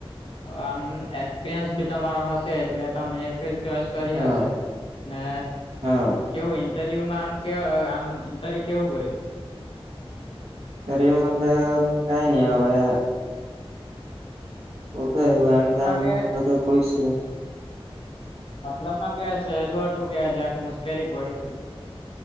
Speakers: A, on the left (about 60°); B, on the right (about 80°).
A: આમ એક્સપિરયન્સ બી તમારો હશે એટલે તમે ફિલ્ડ ચોઈસ કરી
B: હા
A: હશે ને
B: હા
A: કેવું ઇન્ટરવ્યુ આમ કે આમ ઇન્ટરવ્યુ કેવું ગયું
B: ઇન્ટરવ્યુ માં કઈ નહી હવે <unintelligible> એમ
A: મતલબમાં
B: તો એમ
A: કે
B: બધું પૂયશુ.
A: મતલબ માં કે સહેલું હતું કે જક મુશ્કેલી પડી